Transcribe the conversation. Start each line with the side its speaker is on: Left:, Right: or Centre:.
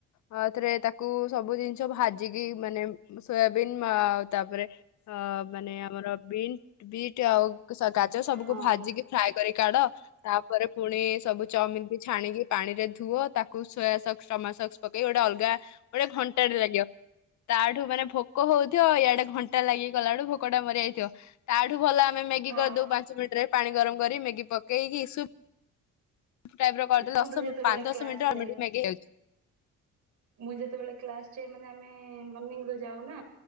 Left: ଅଁ ଥରେ ତାକୁ ସବୁ ଜିନିଷ ଭାଜିକି ମାନେ ସୋୟାବିନ୍ ଆଉ ତାପରେ ଅ ମାନେ ଆମର ବିନ୍ ବିଟ ଆଉ ସ ଗା ଚ ସବୁ
Right: ହଁ
Left: ଭାଜିକି ଫ୍ରାଏ କରିକି କାଢ ତାପରେ ପୁଣି ସବୁ ଚାଉମିନ ବି ଛାଣିକି ପାଣି ରେ ଧୁଅ ତାକୁ ସୋୟାସକ୍ସ ଟମାସକ୍ସ ପକେଇ ଗୋଟେ ଅଲଗା ଗୋଟେ ଘଣ୍ଟାଟେ ଲାଗିବ ତାଠୁ ମାନେ ଭୋକ ହଉଥିବ ଇଆଡେ ଘଣ୍ଟା ଲାଗି କଲା ଆଳୁ ଭୋକ ଟା ମରିଆଇଥିବ। ତାଠୁ ଭଲ ଆ ଆମେ ମ୍ୟାଗି
Right: ହଁ
Left: କରିଦଉ ପାଞ୍ଚ ମିନିଟ ରେ ପାଣି ଗରମ କରି ମ୍ୟାଗି ଗି ପକେଇକିଇ ସୁପ ଟାଇପ ର କରିଦେଲେ
Right: ମୁଁ
Left: ଦଶ
Right: ତ ଯେତେବେଳେ
Left: ପାଞ୍ଚ ଦଶ
Right: କ୍ଲାସ୍
Left: ମିନିଟ ରେ
Right: ଯାଏ
Left: ଆମର ମ୍ୟାଗି ହେଇଯାଉଚି
Right: ମୁଁ ଯେତେବେଳେ କ୍ଲାସ ଯାଏ ମାନେ ଆମେ ମର୍ନିଙ୍ଗ ରୁ ଯାଉ ନା